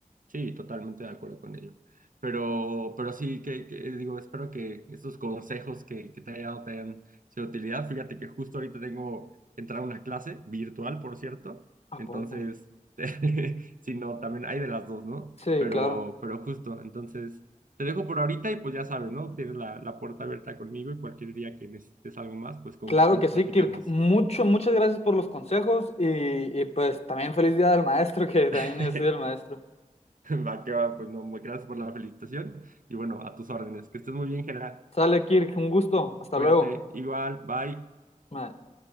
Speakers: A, on the right; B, on the left.
A: Sí, totalmente de acuerdo con ello. Pero, pero sí, que, que, digo, espero que estos consejos que, que te haya dado te hayan sido de utilidad. Fíjate que justo ahorita tengo que entrar a una clase virtual, por cierto.
B: ¿A
A: Entonces,
B: poco?
A: <laughs> si no, también hay de las dos, ¿no?
B: Sí,
A: Pero,
B: claro.
A: pero justo, entonces, te dejo por ahorita y pues ya sabes, ¿no? Tienes la, la puerta abierta conmigo y cualquier día que necesites algo más, pues con
B: Claro
A: gusto lo
B: que sí,
A: platicamos.
B: Kirk. Mucho, muchas gracias por los consejos y, y pues también feliz día del maestro, que también
A: <laughs>
B: es día del maestro.
A: Va que va, pues no, gracias por la felicitación y bueno, a tus órdenes. Que estés muy bien, Gerard.
B: Sale, Kirk, un gusto. Hasta
A: Cuídate,
B: luego.
A: igual, bye.
B: Bye.